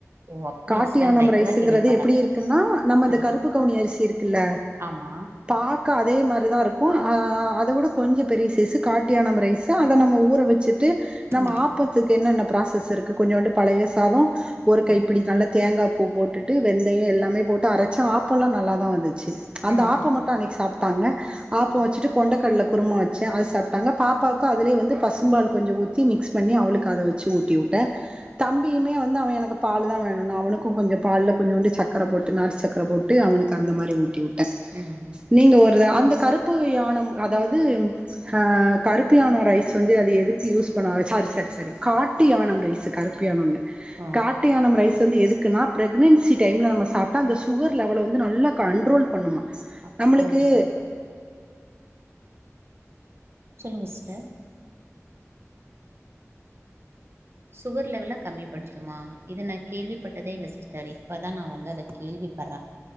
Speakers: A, on the right (about 50°); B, on the right (about 20°).
A: ஓ அப்டியா
B: காட்டுயானம்
A: சிஸ்டர் நா இப்பதா
B: ரைஸ்சுங்குறது
A: கேள்விப்பட்றே
B: எப்டி இருக்குன்னா நம்ம இந்த
A: அ
B: கருப்பு கவுனி அரிசி இருக்குல்ல
A: ஆமா
B: பாக்க அதே மாரி தா இருக்கு ஆ அத வுட கொஞ்ச பெரிய சைஸ்சு காட்டுயானம் ரைஸ் அத நம்ம ஊற வச்சுட்டு நம்ம
A: ம்
B: ஆப்பத்துக்கு என்னென்ன ப்ராசஸ் இருக் கு கொஞ்சோண்டு பழைய சாதோ ஒரு கைப்பிடி
A: ம்
B: நல்ல தேங்கா பூ போட்டுட்டு வெந்தயோ எல்லாமே போட்டு அரச்சா ஆப்பெல்லா நல்லா தா வந்துச்சு அந்த
A: ம்
B: ஆப்போ மட்டு அன்னைக்கி சாப்ட்டாங்க ஆப்போ
A: ம்
B: வச்சுட்டு கொண்ட கடல குருமா வச்சே அது சாப்ட்டாங்க பாப்பாவுக்கு அதலயே வந்து பசும்பால் கொஞ்சோ ஊத்தி மிக்ஸ் பண்ணி அவளுக்கு அத வச்சு ஊட்டிவுட்ட தம்பியுமே வந்து அவன் எனக்கு பால் தான் வேணுன்னா அவனுக்கும் கொஞ்சோ பால்ல கொஞ்சோண்டு சக்கர போட்டு நாட்டு சக்கர போட்டு ட்டு அவனுக்கு அந்த மாரி ஊட்டி வுட்ட
A: ம்
B: நீங்க ஒரு அந்த கருப்பு யானம் அதாவ்து அ கருப்பு யானோம் ரைஸ் வந்து அது எதுக்கு யூஸ் பண்ணுவாங்க சாரி சாரி சாரி காட்டு யானம் ரைஸ்சு கருப் பு யானம்ன
A: ஆ
B: காட் ட்டு யானம் ரைஸ்சு வந்து எதுக்குனா ப்ரெக்னன்சி டைம்ல நம்ம சாப்ட்டா அந்த சுகர் லெவல வந்து நல்லா கண்ட்ரோல் பண்ணுமா
A: அப்போ
B: நம்மளுக்கு
A: சொல்லுங்க சிஸ்டர் சுகர் லெவல கம்மிப்படுத்துமா இத நா கேள்விப்பட்டதே இல்ல சிஸ்டர் இப்பதான் நா வந்து அத கேள்விப்பற